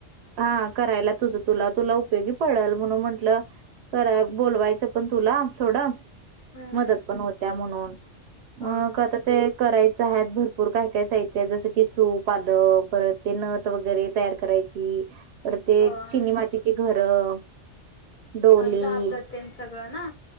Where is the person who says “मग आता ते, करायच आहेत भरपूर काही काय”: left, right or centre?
Right